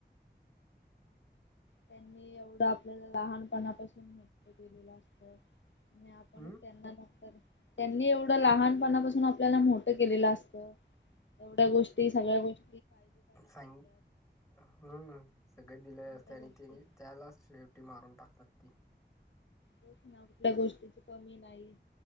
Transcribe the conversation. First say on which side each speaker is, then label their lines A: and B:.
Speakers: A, on the left; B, on the left.
A: त्यांनी एवढं आपल्याला लहानपणापासून मोठं केलेलं असत. आणि आपणच
B: हम्म
A: त्यांना नंतर त्यांनी एवढं लहानपणापासून आपल्याला मोठं केलेलं असतं. एवढ्या गोष्टी सगळ्या गोष्
B: सांगी हम्म सगळे दिलेय
A: कोणत्या
B: असतय, आणि
A: गोष्टी
B: त्यानी त्यालाच शे शेवटी मारून टाकतात ती.
A: तेचं ना कुठल्या गोष्टीची कमी नाही